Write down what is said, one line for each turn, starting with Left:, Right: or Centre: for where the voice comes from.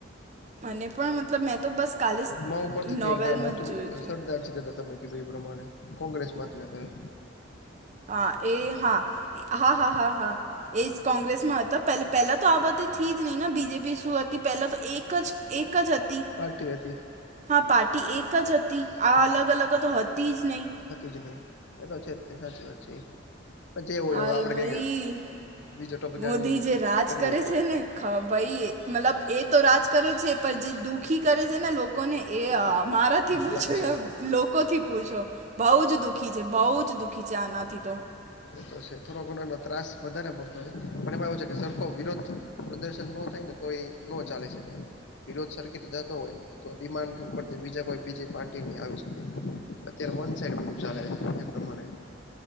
Right: મને પણ મતલબ મેં તો બસ કાલે
Left: મા ઉપરથી ત
Right: નોવેલમાં
Left: નામ હતું
Right: જ જોયું
Left: સરદાર. હતા તમે કીધું એ પ્રમાણે કોંગ્રેસ માંથી હતા એ.
Right: હા એ હા હા હા હા હા. એ કોંગ્રેસમાં હતા પ પહેલા તો આ બધીથી જ નહી ને બીજેપી શું હતી પહેલા તો એકજ. એકજ હતી
Left: પાર્ટી હતી
Right: હા પાાર્ટી એકજ હતી. આ અલગ અલગ તો હતીજ નહી.
Left: હતી જ નહી એ તો સાચી વાત છે. પચે એવો
Right: હાલ
Left: હવે આપડે
Right: ભાઈ
Left: કઈ એ બીજો ટોપિક
Right: મોદી
Left: આયવો
Right: જે રાજ
Left: કરીએ
Right: કરે
Left: કાઈ.
Right: છે ને ભાઈ મતલબ એ તો રાજ કરે છે પણ જે દુઃખી કરે છે ને લોકો. કોને એ મારાથી પૂછું
Left: અલગ છે
Right: એ. લોકોથી પૂછો બહુજ દુખી છે બહુજ દુઃખી છે આનાથી તો.
Left: તો છે થોડો ઘણો એ ત્રાસ વધારે પડતો હોય છે પણ એમાં એવું છે કે સરખો વિરોધ. પ્રદર્શન ન થાય ને તો એ ન ચાલી શકે. વિરોધ સરર્કિટ જતો હોય તો ડિમાન્ડ ઉપર બીજા કોઈ બીજી પાર્ટી ની આવી શકે અત્યારે વન સાઈડ બધું ચાલે છે એ પ્રમાણે.